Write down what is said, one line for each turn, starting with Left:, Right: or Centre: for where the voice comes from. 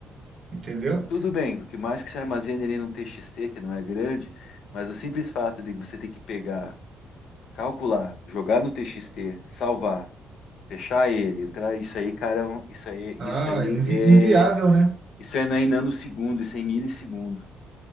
Right: entendeu?
Left: tudo bem, o que mais que se armazene ali num TXT, que não é grande, mas o simples fato de você ter que pegar, calcular, jogar no TXT, salvar, fechar ele, entrar, isso aí, cara, é um- isso aí,
Right: Ah,
Left: isso aí
Right: invi
Left: é,
Right: inviável, né?
Left: isso aí não é em nanosegundo, isso é em milissegundo.